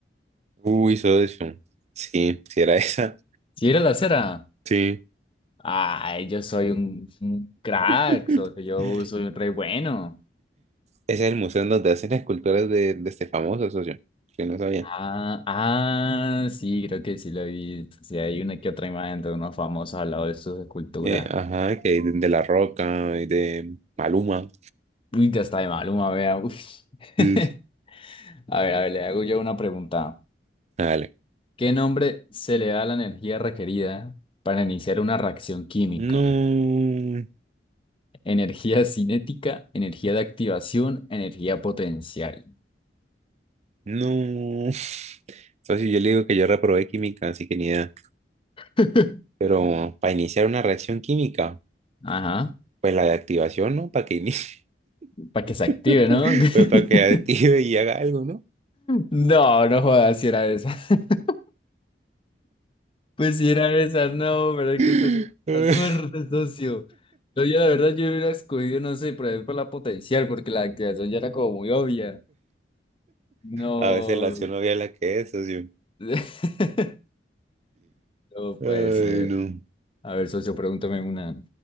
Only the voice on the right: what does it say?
Uy, socio. Sí, si era esa.
Sí.
<laughs>
Ese es el museo en donde hacen esculturas de, de este famoso socio, que no sabía.
Eh, ajá, que de, de La Roca y de Maluma.
Sí, sí.
Dale.
No,
no. <laughs> Socio, yo le digo que yo reprobé química, así que ni idea.
Pero para iniciar una reacción química,
pues la de activación, ¿no? Para que inicie,
<laughs>
pues para
que active y haga algo, ¿no?
<laughs>
A veces la acción no es la que es, socio.
Ay,
no.